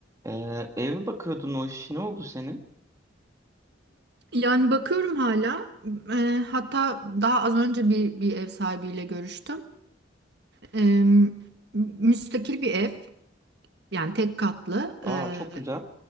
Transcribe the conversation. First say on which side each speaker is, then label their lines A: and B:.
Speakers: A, on the right (about 15°); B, on the right (about 60°).
A: Ee, ev bakıyordun o iş ne oldu senin?
B: Yani bakıyorum hala. Eee, hatta daha az önce bir, bir ev sahibiyle görüştüm. Eee, müstakil bir ev. Yani tek katlı.
A: Aa
B: Eee,
A: çok güzel.